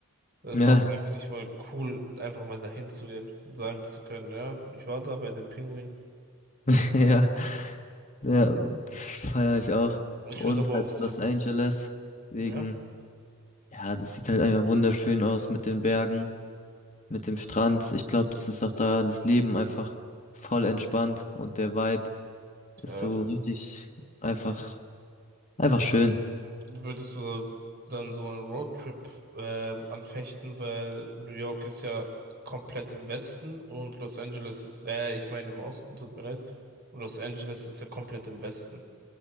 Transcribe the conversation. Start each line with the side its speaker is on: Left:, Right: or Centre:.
Right: Das
Left: Ja,
Right: ist auch eigentlich mal cool, einfach mal dahin zu gehen und sagen zu können, ja, ich war da bei den Pinguinen.
Left: <laughs> ja, ja, das feiere ich auch.
Right: Ich
Left: Und
Right: würde aber
Left: halt
Right: auch so,
Left: Los Angeles, wegen,
Right: ja.
Left: ja, das sieht halt einfach wunderschön aus mit den Bergen, mit dem Strand. Ich glaube, das ist auch da das Leben einfach voll entspannt und der Vibe ist
Right: Ja.
Left: so richtig einfach, einfach schön.
Right: Würdest du dann so einen Roadtrip ähm, anfechten, weil New York ist ja komplett im Westen und Los Angeles ist, äh, ich meine im Osten, tut mir leid. Und Los Angeles ist ja komplett im Westen.